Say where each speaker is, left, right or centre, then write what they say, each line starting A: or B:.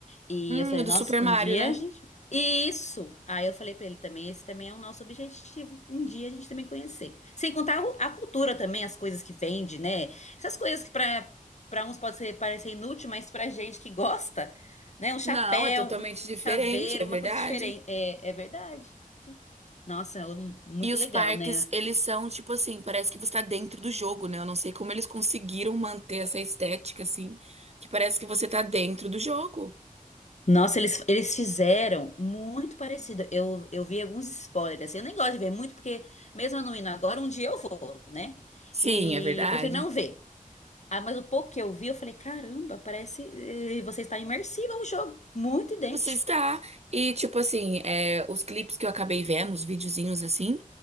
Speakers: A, on the left; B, on the right.
A: E
B: Hum,
A: eu falei,
B: do
A: nossa,
B: Super Mario,
A: um dia
B: né?
A: a gente. Isso! Aí eu falei pra ele também, esse também é o nosso objetivo. Um dia a gente também conhecer. Sem contar o- a cultura também, as coisas que vende, né? Essas coisas que pra, pra uns pode ser, parecer inútil, mas pra gente que gosta, né? Um chapéu,
B: Não, é totalmente
A: um
B: diferente,
A: chaveiro,
B: é verdade.
A: uma coisa diferente. É, é verdade. Nossa, é um- muito
B: E os
A: legal,
B: parques,
A: né?
B: eles são tipo assim, parece que você tá dentro do jogo, né? Eu não sei como eles conseguiram manter essa estética assim, que parece que você tá dentro do jogo.
A: Nossa, eles, eles fizeram muito parecido. Eu, eu vi alguns spoilers. assim, Eu nem gosto de ver muito, porque mesmo eu não indo agora, um dia eu vou, né?
B: Sim,
A: E
B: é verdade.
A: eu prefiro não ver. Ah, mas o pouco que eu vi, eu falei, caramba, parece. eh, Você está imersiva ao jogo. Muito idêntico.
B: Você está. E tipo assim, é, os clipes que eu acabei vendo, os videozinhos assim,